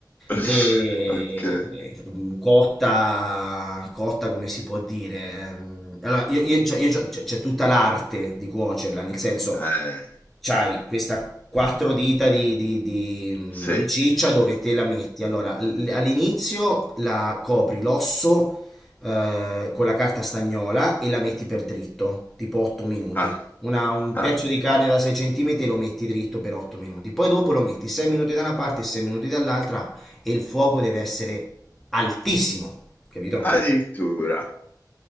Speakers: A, on the left; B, in the centre.
A: <laughs>
B: e
A: Ok.
B: mm, cotta, cotta come si può dire? ehm, Allora, io, io- cioè, io- cioè, c'è tutta l'arte di cuocerla, nel senso,
A: Eh,
B: c'hai questa quattro dita di, di- di-
A: sì.
B: di ciccia dove te la metti. Allora, l- all'inizio la copri l'osso eh, con la carta stagnola e la metti per dritto, tipo 8 minuti.
A: Ah,
B: Una- un
A: ah,
B: pezzo di carne da 6 cm lo metti dritto per 8 minuti. Poi dopo lo metti 6 minuti da una parte e 6 minuti dall'altra e il fuoco deve essere altissimo, capito?
A: addirittura.